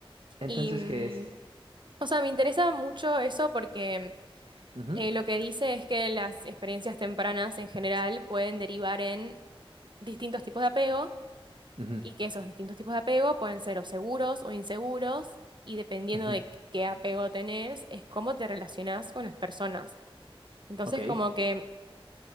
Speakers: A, on the right (about 75°); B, on the right (about 55°).
A: Entonces,
B: Y, mm,
A: ¿qué es?
B: o sea, me interesa mucho eso porque
A: Ujú,
B: eh, lo que dice es que las experiencias tempranas en general pueden derivar en distintos tipos de apego
A: ujú,
B: y que esos distintos tipos de apego pueden ser o seguros o inseguros, y dependiendo
A: ujú.
B: de qué apego tenés, es cómo te relacionás con las personas. Entonces,
A: Ok.
B: como que